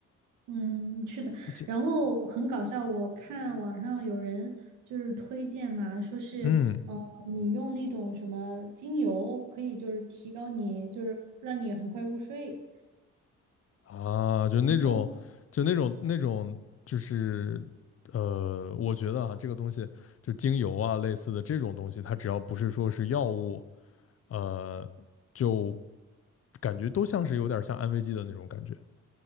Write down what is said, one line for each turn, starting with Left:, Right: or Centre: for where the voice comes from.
Right: 嗯，是的。
Left: 就
Right: 然后很搞笑，我看网上有人就是推荐嘛，说是哦、
Left: 嗯
Right: 呃你用那种什么精油可以就是提高你，就是让你很快入睡。
Left: 啊，就那种，
Right: 然后
Left: 就那种那种，就是呃，我觉得啊，这个东西就精油啊类似的这种东西，它只要不是说是药物，呃，就感觉都像是有点像安慰剂的那种感觉，